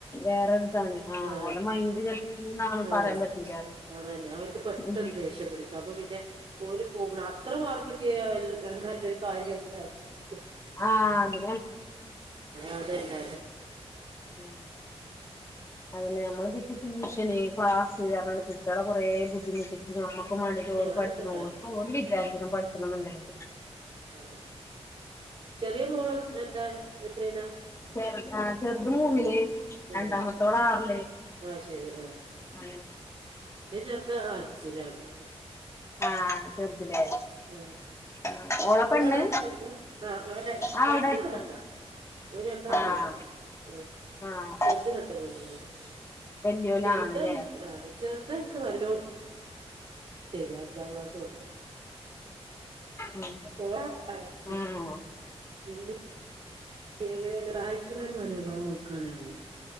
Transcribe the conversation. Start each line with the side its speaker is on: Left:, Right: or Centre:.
Left: വേറൊരിതാണ്
Right: ആ ആ
Left: ഓലെ മൈൻഡ് ചെലപ്പോ ഇങ്ങനെന്നാണ്
Right: ആ
Left: പറയാൻ പറ്റൂല
Right: അതന്നെ അവ പെട്ടെന്ന്
Left: പറയും
Right: ദേഷ്യം പിടിക്കുക അപ്പൊ പിന്നെ പോല പോകുമ്പോ അത്ര മാർ കിട്ടിയ നല്ല കാര്യം ചർച്ചും
Left: ആഹ അതി
Right: അതന്നെ
Left: <unintelligible> അതന്നെ നമ്മളെന്തൊക്കെ ട്യൂഷന് ക്ലാസ് ർഞാണ്ട്ക്കും കുട്ടികള കുറേ ബുദ്ധിമുട്ടിച്ച് നമ്മുക്ക് വേണ്ടിട്ട് ഓ
Right: അതന്നെ
Left: പഠിച്ചഓ
Right: ആഹ് ഏഹ് അതെന്താ കാര്യം
Left: വിചാരിക്കണം പഠിക്കണം എന്നുണ്ടെങ്കില് <unintelligible>
Right: അതെ ചെറിയ മോള് എന്താ എത്രേലാ
Left: ചെ ആ ചെറുത് മൂന്നില് രണ്ടാമത്തോളം
Right: ആഹ്
Left: ആറില്ലേ
Right: ആഹ് ശരി ആഹ്
Left: ആ
Right: എന്റെ ചെറുത അഞ്ചിലാണ്
Left: ആഹ് ചെറുതിലേ
Right: ആഹ ഉഹ ഉ
Left: ആഹ് ഓളെ
Right: സ്കൂള
Left: പെണ്ണ്
Right: എവിടെടുത്തന്നെ ആ
Left: ആഹ്
Right: രണ്ടാള്
Left: അവിടെ അടുത്തന്നെ
Right: പെണ്ണോ ഒരു രണ്ടാണം
Left: ആഹ്
Right: പെണ്ണാ ഉ
Left: ആഹ്
Right: ചെറുത് രണ്ട <unintelligible>
Left: വല്യോലാണ്ല്ലേ
Right: ചെറുതായിക് ചെറുതാ എനിക്ക് നല്ലോ തരി അഞ്ചാം ക്ലാസ് പോ ഹ്
Left: ഉം
Right: ഹ് ഹ് പോ
Left: ആഹ്
Right: പിന്നെ എങ്ങനെ ആായക്കുള്ള ഒരു മനോഭാവം നോക്കുകാണ് അറിയാം